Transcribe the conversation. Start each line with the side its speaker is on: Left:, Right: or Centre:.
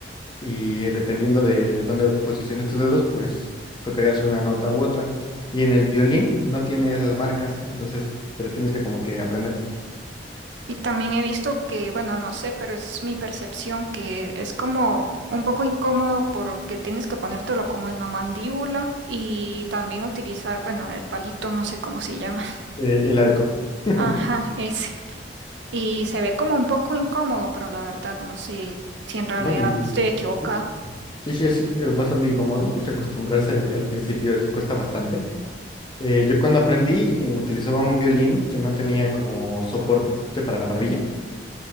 Left: y dependiendo de dónde posiciones tus dedos, pues tocarías una nota u otra. Y en el violín no tiene esas marcas, entonces te lo tienes que como que aprender
Right: Y también he visto que, bueno, no sé, pero es mi percepción que es como un poco incómodo porque tienes que ponértelo como en la mandíbula y también utilizar, bueno, el palito, no sé cómo se llama.
Left: eh, el arco.
Right: <laughs>
Left: <laughs>
Right: Ajá, es Y se ve como un poco incómodo, pero la verdad no sé si en realidad
Left: ¿No? Y-
Right: estoy equivocada.
Left: Sí, sí, es eh, bastante incómodo, de hecho acostumbrarse al al principio es- cuesta bastante Eh, yo cuando aprendí eh, utilizaba un violín que no tenía como soporte para la barbilla.